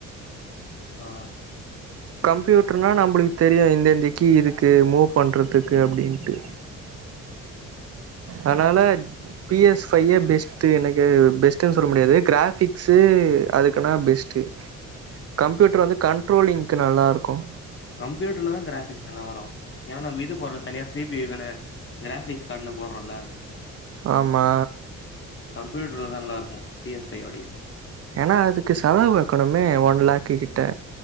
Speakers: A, on the left; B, on the right.
A: அ ஆ
B: கம்ப்யூட்டர்னா நம்பளுக்கு தெரியும் இந்தந்த கீ இதுக்கு மூவ் பண்றதுக்கு அப்டின்ட்டு அதனால பி எஸ் ஃபையே பெஸ்ட்டு எனக்கே பெஸ்ட்டுனு சொல்ல முடியாது கிராஃப்பிக்ஸ்சு அதுக்குனா பெஸ்ட்டு கம்ப்யூட்டர் வந்து கண்ட்ரோலிங் க்கு நல்லாருக்கும்
A: கம்யூட்டர்ல தான் கிராபிக்ஸ் நல்லா வரும் ஏ நம் இது போடற தனியா சிபி <unintelligible> கிராபிக்ஸ் கார்டன்ன போட்றான்ல
B: ஆமா
A: கம்பியூட்டர்ல தான் நல்லா இருக்கும் பிஎஸ் பையோடே
B: ஏனா அதுக்கு செலவு வைக்கணுமே ஒன் லேக்கு கிட்ட